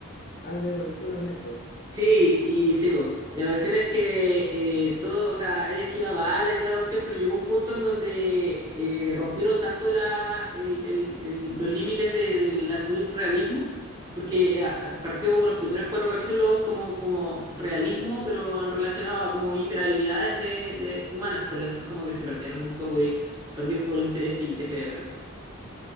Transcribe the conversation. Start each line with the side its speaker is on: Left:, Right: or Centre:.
Left: Ah, el del gordito de los lentes.
Right: Sí, y sí, po. La cuestión es que eh, todo, o sea, él esquivaba balas y toda la cuestión, pero llegó un punto en donde eh, rompieron tanto la, el- el- el- los límites de, del surrealismo, porque ah, partió como los primeros cuatro capítulos como, como realismo, pero en relacionado a como hiperhabilidades de, de humanas, pero después como que se perdieron un poco y perdí un poco el interés y dejé de verlo.